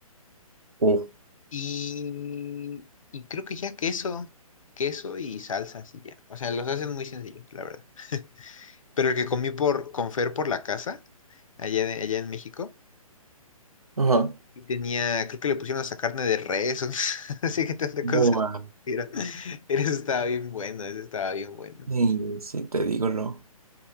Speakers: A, on the right; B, on the left.
A: Uf.
B: y, y creo que ya queso, queso y salsas y ya, o sea, los hacen muy sencillos, la verdad. Pero el que comí por, con Fer por la casa, allá, de- allá en México,
A: Ajá.
B: Y tenía, creo que le pusieron hasta carne de res, o <laughs> así que tanta
A: Boa.
B: cosa le pusieron. eso estaba bien bueno, eso estaba bien bueno.
A: Sí, sí, te digo lo.